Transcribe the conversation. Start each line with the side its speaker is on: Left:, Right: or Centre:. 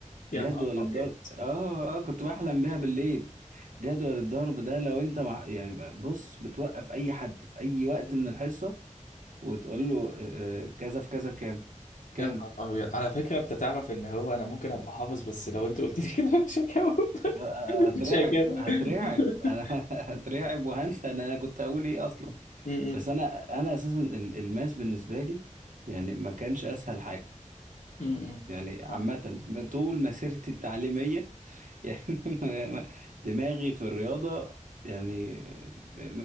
Left: يا
Right: جدول
Left: نهار ابيض
Right: الضرب اه اه كنت بحلم بيها بالليل جدول الضرب ده لو انت مع... يعني بص بتوقف اي حد في اي وقت من الحصة وتقول له آه، آه، كذا في كذا بكام كام
Left: يا نهار أبيض على فكرة أنت تعرف إن هو أنا ممكن أبقى حافظ بس لو أنت قلت لي كده مش هجاوب
Right: آه، آه،
Left: <laughs>
Right: آه، هترعب
Left: مش هجاوب
Right: هترعب
Left: <laughs>
Right: انا <laughs> هترعب وهنسى ان انا كنت هقول ايه اصلا
Left: م-
Right: بس
Left: م-
Right: انا انا اساسا ال- الماس بالنسبة لي يعني ما كانش اسهل حاجة
Left: م-
Right: يعني عامة
Left: م.
Right: طول مسيرتي التعليمية <laughs> يعني ما- ما- دماغي في الرياضة يعني م